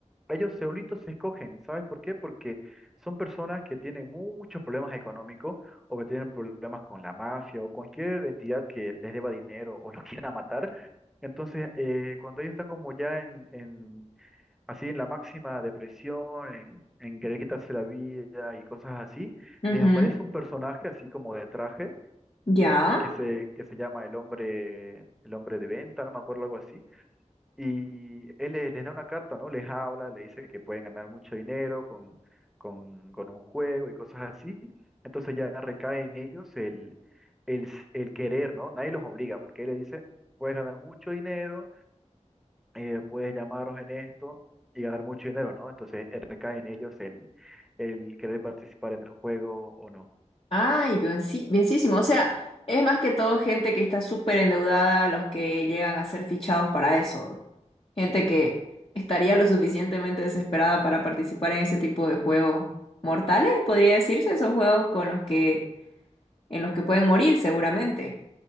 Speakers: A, in the centre; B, on the left.
A: ellos solitos se escogen. ¿Sabes por qué? Porque son personas que tienen muchos problemas económicos o que tienen problemas con la mafia o cualquier entidad que les deba dinero o los <laughs> quiera matar. Entonces, eh, cuando ellos están como ya en, en- así en la máxima depresión, en, en querer quitarse la vida y cosas así,
B: Ujú,
A: les aparece un personaje así como de traje
B: Ya.
A: que se, que se llama el hombre, el hombre de venta, no me acuerdo, algo así. Y él le- les da una carta, ¿no? Les habla, le dice que pueden ganar mucho dinero con, con, con un juego y cosas así. Entonces ya recae en ellos el, el, s- el querer, ¿no? Nadie los obliga, porque él le dice, puedes ganar mucho dinero, eh, puedes llamaros en esto y ganar mucho dinero, ¿no? Entonces eh, recae en ellos el, el querer participar en el juego o no.
B: Ay, bien, sí, bienísimo. O sea, es más que todo gente que está súper endeudada, los que llegan a ser fichados para eso. Gente que estaría lo suficientemente desesperada para participar en ese tipo de juegos mortales, podría decirse. Son juegos con los que, en los que pueden morir seguramente.